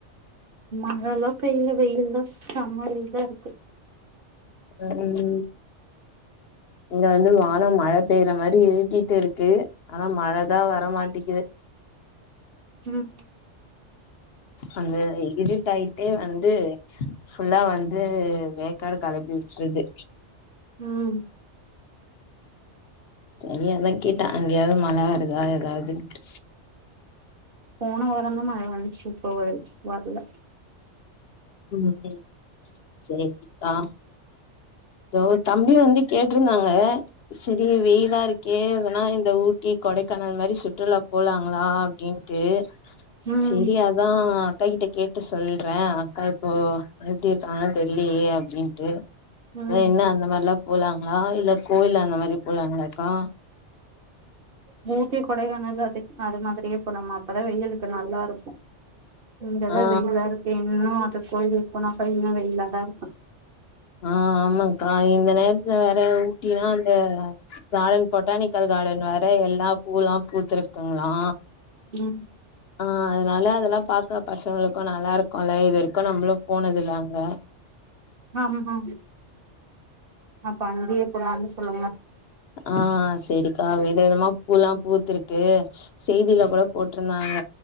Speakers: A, on the right; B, on the left.
A: மழைல்லா பெய்ல வெயில் தா செமையா இருக்கு
B: உம் இங்க வந்து வானோ மழ பெய்ற மாறி இருட்டிட்டு இருக்கு ஆனா மழதா வரமாட்டிக்குது
A: உம்
B: அந்த இருட்டாயிட்டே வந்து ஃபுல்லா வந்து வேக்காடு கெளப்பி வுட்ருது
A: உம்
B: சரி அத்தா கேட்டே அங்கயாது மழ வருதா ஏதா துன்ட்டு
A: போன வாரந்தா மழ வந்துச்சு இப்ப வர் வர்ல
B: உம் உம் சேரிங்க்கா தோ தம்பி வந்து கேட்டிருந்தாங்க சேரி வெயிலா இருக்கே எதுன்னா இந்த ஊட்டி கொடைக்கானல் மாறி சுற்றுலா போலாங்ளா அப்டின்னு ட்டு
A: ம்
B: சேரி அத்தா அக்கா கிட்ட கேட்டு சொல்றே அக்கா இப்போ எப்டி இருக்காங்கன்னு தெர்லயே அப்டின்ட்டு அத்தா
A: ம்
B: இன்னு அந்த மாறில்லா போலாங்ளா இல்ல கோயில் அந்த மாறி போலாங்ளாக்கா
A: மூட்டி கொடைக்கானல் அதுக்கு அது மாதிரியே போலாமா அப்பதா வெயிலுக்கு நல்லா இருக்கும் இங்கதான்
B: ஆ
A: வெயிலா இருக்கே இன்னும் அது கோயிலுக்கு போனா கோயில் இன்னும் வெயிலா தா இருக்கும்
B: ஆ ஆமாக்கா இந்த நேரத்துல வேற ஊட்டின்னா அந்த கார்டன் பொட்டானிக்கல் கார்டன் வேற எல்லா பூல்லா பூத்துயிருக்குங்ளா
A: உம்
B: ஆ அதனால அதெல்லா பாக்கற பசங்களுக்கு நல்லா இருக்குல்ல இது வரைக்கும் நம்பளும் போனது இல்ல அங்க
A: ஆமா அப்ப அங்கயே போலான்னு சொல்லுங்க
B: ஆ சேரிக்கா வித விதமா பூல்லா பூத்துருக்கு செய்தில கூட போட்ருந்தாங்க